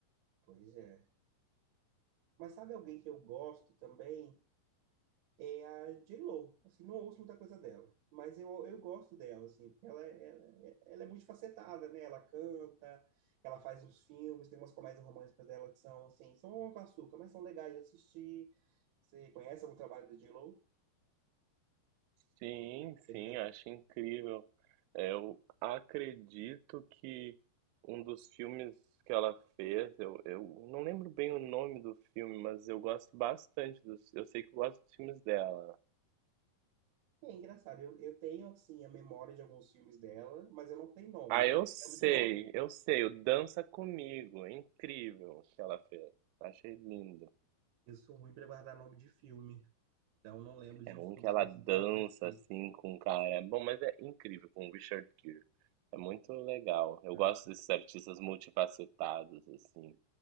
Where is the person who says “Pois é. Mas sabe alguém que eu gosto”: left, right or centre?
Right